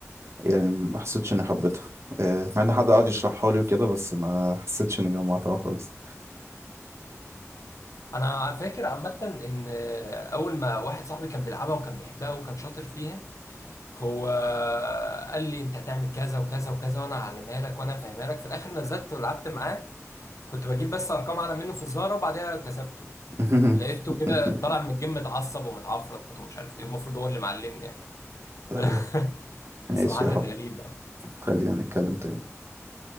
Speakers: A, on the right (about 60°); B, on the left (about 85°).
A: يعني ما حسيتش اني حبيتها آه، مع ان حد قعد يشرحها لي وكده بس ما حسيتش اني جمعتها خالص
B: انا فاكر عامه ان اول ما واحد صاحبي كان بيلعبها وكان بيحبها وكان شاطر فيها هو قال لي انت هتعمل كذا وكذا وكذا وانا هعلمها لك وانا هفهمها لك في الاخر نزلت ولعبت معاه كنت بجيب بس ارقام اعلى منه في الزهره وبعدها كسبته
A: <laughs>
B: لقيته كده طالع من الجيم متعصب ومتعفرت ومش عارف ايه المفروض هو اللي معلمني يعني
A: ايوه
B: <laughs>
A: ماشي
B: بصراحه
A: يا
B: كانت
A: حب
B: غريبه يعني
A: خلينا نتكلم تاني